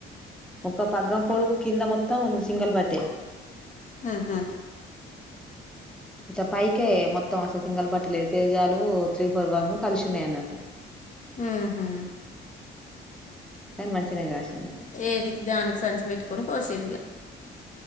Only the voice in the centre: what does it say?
ఒక పగ్గం పొడుగు కింద మొత్తం సింగల్ పట్టే
ఇట్లా పైకే మొత్తం అసలు సింగల్ పట్ట లేదు తేజాలు త్రీ ఫోర్ వన్ కలిసి ఉన్నాయన్నట్టు.
కానీ మంచిగనే కాసింది.